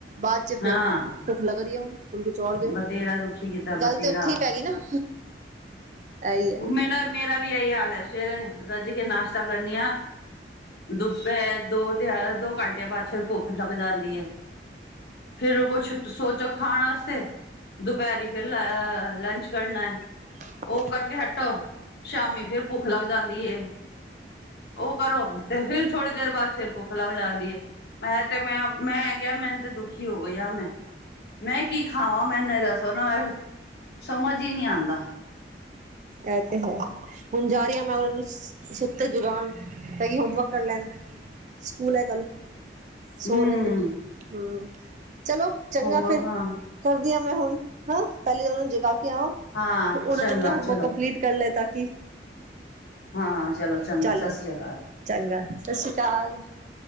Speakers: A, on the right; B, on the left.
A: ਬਾਅਦ ਚ
B: ਹਾਂ
A: ਫੇਿਰ ਭੁੱਖ ਲੱਗ ਰਹੀ ਹੈ ਹੁਣ ਹਣੂੰ ਕੁ ਚੋਰ ਦਿਓ
B: ਬਥੇਰਾ ਦੁਖੀ ਕੀਤਾ
A: ਗੱਲ
B: ਬਥੇਰਾ
A: ਤੇ ਉੱਥੇ ਹੀ ਪੈ ਗਈ ਨਾ ਇਹੀ ਹੈ।
B: ਮੇਰਾ ਮੇਰਾ ਵੀ ਇਹੀ ਹਾਲ ਹੈ ਸਵੇਰੇ ਰੱਜ ਕੇ ਨਾਸ਼ਤਾ ਕਰਨੀ ਆ ਦੁੱਪ ਦੋ ਦੋ ਘੰਟਿਆਂ ਬਾਅਦ ਫਿਰ ਭੁੱਖ ਲੱਗ ਜਾਂਦੀ ਹੈ <unintelligible> ਸੋਚੋ ਖਾਣ ਆਸਤੇ ਦੁਪਹਿਰੀ ਫਿਰ ਲੰਚ ਕਰਨਾ।
A: <unintelligible>
B: ਓ ਕਰਕੇ ਹਟੋ ਸ਼ਾਮੀ ਫੇਰ ਭੁੱਖ ਲੱਗ ਜਾਂਦੀ ਐ ਓ ਕਰੋ ਤੇ ਫਿਰ ਥੋੜ੍ਹੀ ਦੇਰ ਬਾਅਦ ਫਿਰ ਭੁੱਖ ਲੱਗ ਜਾਂਦੀ ਐ। ਮੈਂ ਤੇ ਮੈਂ ਮੈਂ ਕਿਆ ਮੈਨੂੰ ਤੇ ਦੁਖੀ ਹੋ ਗਈ ਆ ਮੈਂ ਮੈਂ ਕੀ ਖਾਵਾਂ ਮੈ ਨਹੀਂ ਦੱਸੋ ਨਾ ਮੈ ਸਮਝ ਈ ਨੀ ਆਉਂਦਾ
A: ਐ ਤੇ ਹੈ ਹੁਣ ਜਾ ਰੲਈ ਮੈਂ ਓਨਾ ਨੂੰ ਸੁੱਤੇ ਜਗਾਣ ਤਾਂ ਕਿ ਹੋਮਵਰਕ ਕਰ ਲੈਣ ਸਕੂਲ ਐ ਕੱਲ
B: ਹਮ
A: ਸੋ ਰਹੇ ਨੇ ਹੂੰ ਚਲੋ ਚੰਗਾ
B: ਹੋਮਵਰਕ
A: ਫਿਰ
B: ਹਾਂ
A: ਕਰਦੀ ਆ ਮੈਂ ਹੁਣ ਹਾਂ ਪਹਿਲੇ ਊਨੂੰ ਜਗਾ ਕੇ ਆਵਾਂ
B: ਹਾਂ
A: ਤੇ ਉਨਾਂ
B: ਚੰਗਾ
A: ਨੇ ਮੈਂ ਹੂੰ
B: ਚਲੋ
A: ਡਲੀਟ ਕਰ ਲੈ ਤਾਂ ਕਿ
B: ਹਾਂ ਚਲੋ ਚੰਗਾ
A: ਚਲੋ
B: ਸਸ੍ਰੀ ਅਕਾਲ
A: ਚੰਗਾ ਸਸ ਸ੍ਰੀ ਅਕਾਲ।